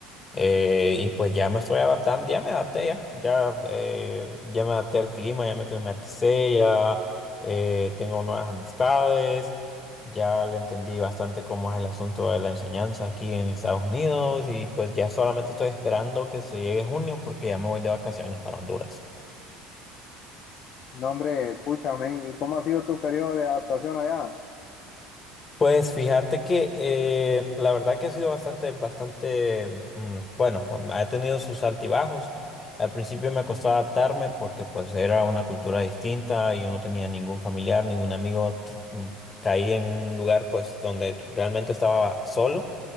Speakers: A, on the left; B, on the left.
A: eh, y pues ya me estoy adaptando, ya me adapté ya, ya, eh, ya me adapté al clima, ya me climaticé, ya eh, tengo nuevas amistades, ya le entendí bastante cómo es el asunto de la enseñanza aquí en Estados Unidos y pues ya solamente estoy esperando que se llegue junio porque ya me voy de vacaciones para Honduras.
B: No, hombre, pucha, men, ¿y cómo ha sido tu periodo de adaptación allá?
A: Pues fíjate que eh, la verdad que ha sido bastante, bastante, mm, bueno, ha tenido sus altibajos. Al principio me costó adaptarme porque pues era una cultura distinta, y yo no tenía ningún familiar, ningún amigo, t- mm, caí en un lugar pues donde realmente estaba solo,